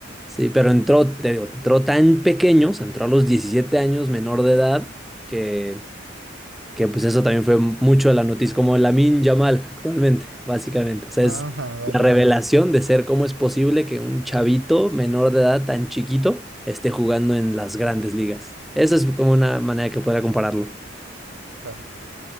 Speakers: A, in the centre; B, on the right.
A: Sí, pero entró, te digo, entró tan pequeño, o sea, entró a los 17 años, menor de edad, que, que pues eso también fue mucho de la noticia, como Lamine Yamal actualmente, básicamente. O sea,
B: Ajá,
A: es
B: vale,
A: la revelación
B: vale,
A: de ser cómo es posible que un chavito menor de edad tan chiquito esté jugando en las grandes ligas. Esa es como una manera que podría compararlo.
B: claro.